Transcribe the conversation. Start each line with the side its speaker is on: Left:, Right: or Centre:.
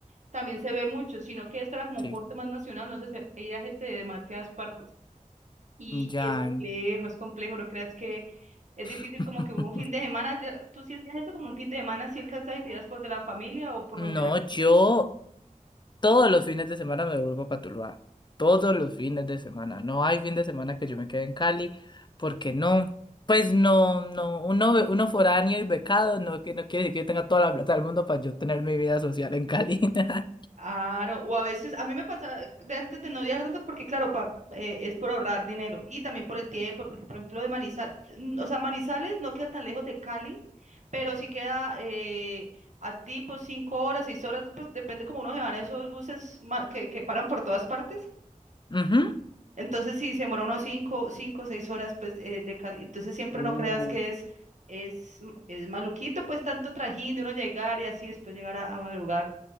Right: también se ve mucho, sino que esta era como
Left: sí,
Right: un corte más nacional, no sé, se- había gente de demasiadas partes. Y,
Left: ya.
Right: y es complejo, es complejo, no creas que es difícil
Left: <laughs>
Right: como que un fin de semana, te- tú sí hacías eso como un fin de semana, si alcanzas y te ibas por de la familia o por
Left: No,
Right: lo general.
Left: yo todos los fines de semana me vuelvo a Tuluá. Todos los fines de semana. No hay fin de semana que yo me quede en Cali, porque no. Pues no, no, uno, be- uno foráneo y becado no, que no quiere decir que yo tenga toda la plata del mundo para yo tener mi vida social en Cali. <laughs>
Right: Claro, o a veces, a mí me pasa de antes de no viajar tanto porque, claro, pa, eh, es por ahorrar dinero y también por el tiempo, porque, por ejemplo, de Manizales, o sea, Manizales no queda tan lejos de Cali, pero sí queda eh, a tipo cinco horas, seis horas, pues depende como uno se van esos buses ma- que, que paran por todas partes.
Left: Ujú.
Right: Entonces, si se demora unos 5, 5, 6 horas, pues, eh, de cali. Entonces, siempre
Left: Uh,
Right: no creas que es, es, m- es maluquito, pues, tanto trajín de uno llegar y así después llegar a, a madrugar.